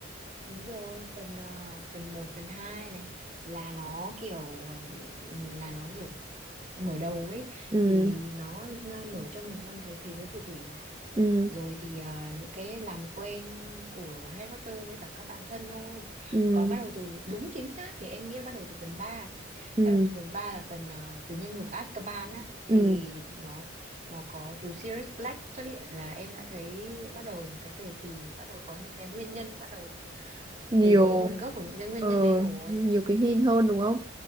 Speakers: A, on the right; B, on the right.
A: đúng rồi phần ờ, phần một phần 2 này là nó kiểu ờ, là nó kiểu mở đầu ấy
B: ừ
A: thì nó mở cho mình ra một cái thế giới phù thủy này
B: ừ
A: rồi thì à, những cái làm quen của Harry Potter với cả các bạn thân thôi
B: ừ ừ
A: còn bắt đầu từ đúng chính xác thì em nghĩ là bắt đầu từ phần ba
B: ừ
A: bắt đầu từ phần 3 là phần à, từ nhân ngục Azkaban á
B: ừ.
A: thì nó nó có chú Sirius Black xuất hiện là em đã thấy bắt đầu cái thời kỳ bắt đầu có những cái nguyên nhân bắt đầu
B: nhiều
A: từ cái nguồn gốc của những cái nguyên
B: ờ,
A: nhân đấy rồi
B: nhiều cái hint hơn đúng không